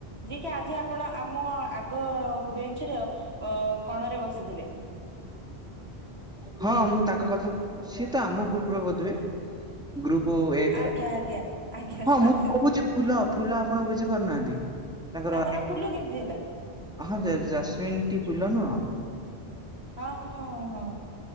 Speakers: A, on the right (about 80°); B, in the centre.
A: ଯିଏ କି ଆଜି ଆପଣ ଆମ ଆଗ ଗ ବେଞ୍ଚର ଅ କଣରେ ବସିଥିଲେ।
B: ହଁ ମୁଁ ତାଙ୍କ କଥା ସିଏ ତ ଆମ ଗ୍ରୁପରେ ବୋଧ ହୁ। ଗ୍ରୁପ୍ ପୁ ଏକ
A: ଆଜ୍ଞା
B: ର
A: ଆଜ୍ଞା ଆଜ୍ଞା
B: ହଁ
A: ସରି
B: ମୁଁ ତ
A: ସରି
B: କହୁଛି ଫୁଲ ଫୁଲ ଆପଣ ବୁଝି ପାରୁନାହାନ୍ତି। ତାଙ୍କର
A: ତାଙ୍କ ନାଁ ଫୁଲ କେମିତି ହେଲା
B: ହଁ ଜାସମିନ ଟି ଫୁଲ ନୁହଁ।
A: ହଁ ହଁ ହଁ।